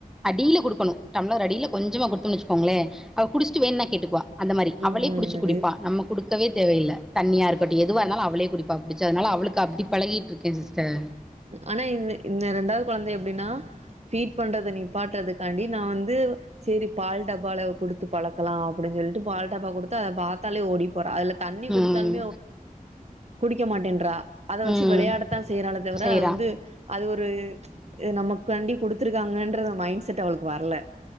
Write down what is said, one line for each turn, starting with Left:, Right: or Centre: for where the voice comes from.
Centre: அடில குடுக்கணு டம்ளர் அடில கொஞ்சமா குடுத்தோனு வச்சுக்கோங்களே அவ குடிச்சட்டு வேண்ணா கேட்டுக்குவா அந்த மாரி
Right: ம்
Centre: அவளே
Right: ம்
Centre: புடிச்சி
Right: அது
Centre: குடுப்பா நம்ம குடுக்கவே தேவயில்ல தண்ணியா இருக்கட்டு எதுவா இருந்தாலு அவளே குடிப்பா புடிச்சு அதனால அவளுக்கு அப்டியே பழகிட்டு இருக்கே சிஸ்டர்
Right: ஆனா இந்த இந்த ரெண்டாவது குழந்த எப்டின்னா ஃபீட் பண்றத நிப்பாட்றதுக் காண்டி நா வந்து சேரி பால் டப்பால குடுத்து பழக் கலா அப்டின்னு சொல்லிட்டு பால் டாப்பா குடுத்தா அத பாத்தாலே ஓடி போறா அதுல தண்ணி குடுச்சாலுமே
Centre: ம்.
Right: குடிக்க மாட்டேன்றா அத வெச்சு
Centre: ம்.
Right: வெளையாடத்தா செய்றாலே தவிர
Centre: செய்றான்
Right: அது வந்து அது ஒரு நமக்காண்டி குடுத்திருக்காங்கன்ற மைண்ட செட் அவளுக்கு வரல